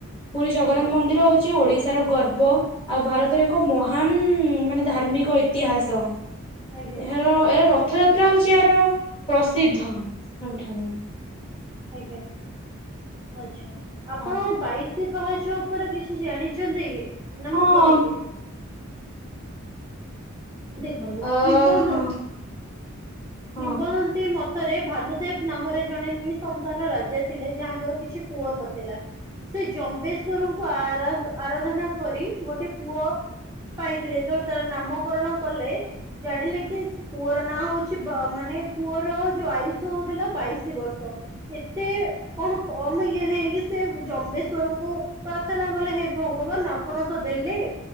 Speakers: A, on the left (about 25°); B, on the right (about 15°).
A: ପୁରୀ ଜଗନ୍ନାଥ
B: ଆଜ୍ଞା
A: ମନ୍ଦିର ହଉଛି ଓଡିଶାର ଗର୍ବ। ଆଉ ଭାରତରେ ଏକ ମହାନ ମାନେ ଧାର୍ମିକ ଇତିହାସ।
B: ଆଜ୍ଞା
A: ଏହାର ଏ ରଥଯା ତ୍ରା ହଉଛି ଏହାର ପ୍ରସିଦ୍ଧ ସବୁଠାରୁ।
B: ଆଜ୍ଞା, ଆଚ୍ଛା ଆପଣ
A: ହଁ
B: ବାଇଶ ପାହଚ ଉପରେ କିଛି ଜାଣିଛନ୍ତି କି ନା
A: ହଁ
B: ମୁଁ କହିବି? ଦେଖନ୍ତୁ
A: ଅ
B: କିମ୍ବ
A: ହଁ।
B: ନ
A: ହଁ
B: କିମ୍ବଦନ୍ତୀ ମତରେ ଭାନୁଦେବ ନାମରେ ଜଣେ ନି ସନ୍ତାନ ରାଜା ଥିଲେ ଯାହାଙ୍କର କିଛି ପୁଅ ନଥିଲା ସେ ଜମ୍ବେଶ୍ଵର ଙ୍କୁ ଆରା ଆରାଧନା କରି ଗୋଟେ ପୁଅ। ପାଇଥିଲେ ଯେତେବେଳେ ତାର ନାମକରଣ କଲେ ଜାଣିଲେ କି ସେ ପୁଅର ନାଁ ହଉଛି ବ ମାନେ ପୁଅର ଯୋଉ ଆୟୁଷ ଥିଲା ବାଇଶ ବର୍ଷ ଏତେ କଣ କ ଆମ ଇଏରେ ହେଇକି ସେ ଜମ୍ବେଶ୍ଵରଙ୍କୁ ପ୍ରାର୍ଥନା କଲେ ହେ ଭଗବାନ ଆପଣ ତ ଦେଲେ।